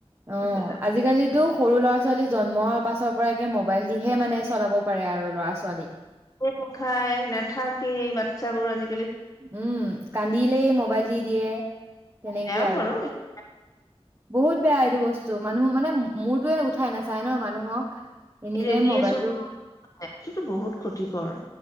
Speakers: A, on the right; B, on the left.
A: অ
B: সেইটো এটা
A: আজিকালিতো সৰু ল'ৰা ছোৱালী জন্মৰ পাছৰ পৰাে মোবাইল দিহে মানে চলাব পাৰে আৰু ল'ৰা ছোৱালীক,
B: নখাই নাথাকেই বা <unintelligible> চাবোৰ আজি
A: উম কান্দিলেই মোবাইল দি দিয়ে তেনেকে
B: বেয়াও
A: আৰু
B: বাৰু এইটো
A: বহুত বেয়া এইটো বস্তু মানুহ মানে মোৰতোয়ে উঠাই নাচায় ন মানুহক এনি
B: ৰেডি
A: টাইম মোবাইলটো
B: এচন কিন্তু বহুত ক্ষতিকৰ